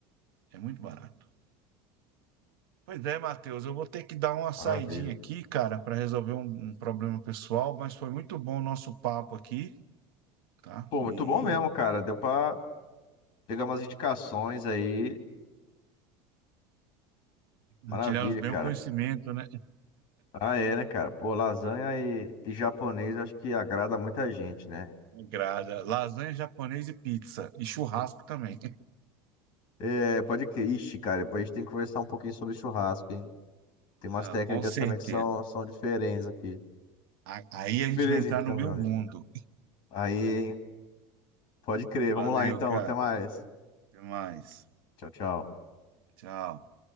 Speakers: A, on the right; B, on the left.
A: É muito barato. Pois é, Matheus, eu vou ter que dar uma saidinha
B: Maravilha.
A: aqui, cara, para resolver um, um problema pessoal, mas foi muito bom o nosso papo aqui, tá?
B: Pô,
A: E
B: muito bom mesmo, cara. Deu pra pegar umas indicações aí.
A: partilhamos
B: Maravilha,
A: bem
B: cara.
A: o conhecimento, né?
B: Ah, é, né, cara? Pô, lasanha e, e japonês acho que agrada muita gente, né?
A: Agrada. Lasanha japonesa e pizza, e churrasco também.
B: É, pode que. Ixi, cara, depois a gente tem que conversar um pouquinho sobre churrasco, hein? Tem umas
A: Ah,
B: técnicas
A: com certeza.
B: também que são, são diferentes aqui.
A: A- Aí a gente
B: Beleza,
A: vai entrar
B: então,
A: no meu
B: meu amigo.
A: mundo.
B: Aí, hein? Pode crer.
A: Valeu,
B: Vamos lá, então.
A: cara.
B: Até mais.
A: Até mais.
B: Tchau, tchau.
A: Tchau.